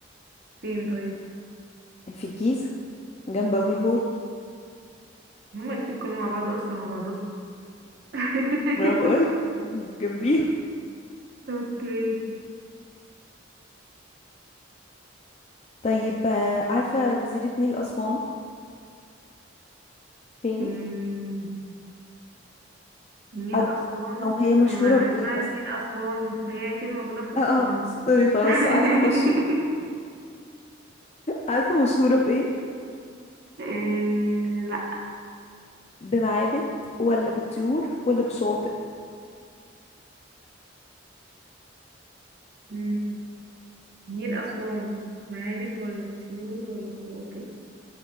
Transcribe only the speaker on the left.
في الجيزة جنب أبو الهول
ما بقولك جنبيهم
طيب آه، عارفة جزيرة نيل أسوان فين
أو
أو هي مشهورة
بإيه
مثلا؟
اه
اه سوري خلاص
عارفة مش عارفة مشهورة بإيه؟
بمعابد ولا بطيور ولا بشواطئ؟